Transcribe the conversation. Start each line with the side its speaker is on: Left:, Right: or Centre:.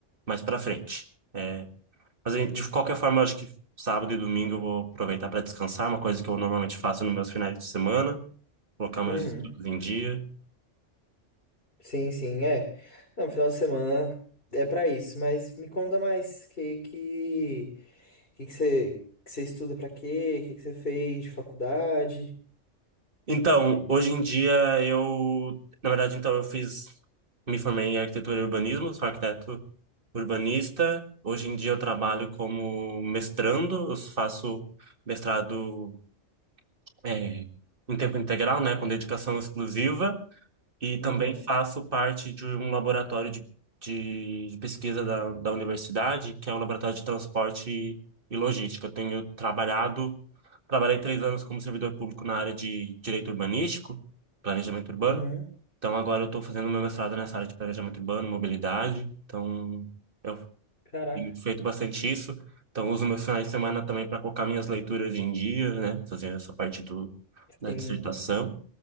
Right: mais para frente. É, mas aí, de qualquer forma, eu acho que sábado e domingo eu vou aproveitar para descansar, uma coisa que eu normalmente faço nos meus finais de semana, colocar meus
Left: Uhum.
Right: estudos em dia.
Left: Sim, sim, é. Não, final de semana é pra isso, mas me conta mais, que que que que você que você estuda pra quê? Que que você fez de faculdade?
Right: Então, hoje em dia eu, na verdade, então eu fiz, me formei em arquitetura e urbanismo, sou arquiteto urbanista. Hoje em dia eu trabalho como mestrando, eu faço mestrado eh, em tempo integral, né, com dedicação exclusiva. E também
Left: Uhum.
Right: faço parte de um laboratório de, de, de pesquisa da, da universidade, que é um laboratório de transporte e, e logística. Eu tenho trabalhado, trabalhei três anos como servidor público na área de direito urbanístico, planejamento urbano.
Left: Uhum.
Right: Então agora eu estou fazendo meu mestrado nessa área de planejamento urbano, mobilidade. Então eu
Left: Caraca.
Right: tenho feito bastante isso. Então uso meus finais de semana também para colocar minhas leituras em dia, né? Fazer essa parte do, da
Left: Sim.
Right: dissertação.